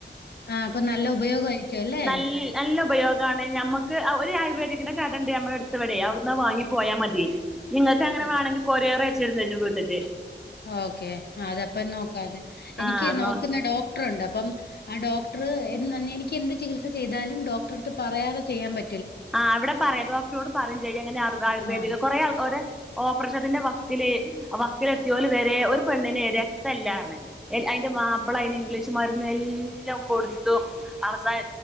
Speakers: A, on the left; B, in the centre.
A: ആഹ് അപ്പൊ നല്ല ഉപയോഗംമായിരിക്കും അല്ലേ
B: നൽ നല്ല ഉപയോഗാണ് നമ്മുക്ക് ഒരു ആയുർവേദിക്കിന്റെ കട ഉണ്ട് നമ്മടെടുത്തവിടെ അവിടുന്ന് അത് വാങ്ങി പോയാൽ മതി നിങ്ങൾക്ക് അങ്ങനെ
A: അതെ.
B: വാണെങ്കിൽ കൊറിയർ അയ ച്ച് തരും ചെയ്യും ഇവിടുന്ന്. ത്തെറ്റ്
A: ഓക്കെ അതപ്പം നോക്കാതെ. എനിക്ക്
B: ആ ന്നോ
A: നോക്കുന്ന ഡോക്ടറുണ്ട് അപ്പം ആ ഡോക് ഡോക്ടറ് എ എനിക്ക് എന്ത് ചികിത്സ ചെയ്താലും ഡോക്ടറെ അടുത്ത് പറയാതെ ചെയ്യാൻ പ
B: ആ അവിടെ പറയാ, ഡോക്ടറോട് പറയും ചെയ്യാ ഇങ്ങനെ ആയുർവേദിക
A: ആഹ്
B: കുറെ ആളുകൾ ഓരേ. ഓപ്പറേഷത്തിന്റെ വക്കില് വക്കിലെത്തിയോല് വരെ ഒരു പെണ്ണിനെ രക്തമില്ലാന്ന്പറഞ്ഞ്. അതിന്റെ മാപ്പിള അയിന് ഇംഗ്ലീഷ് മരുന്ന് എല്ലാം കൊടുത്തു അവസാന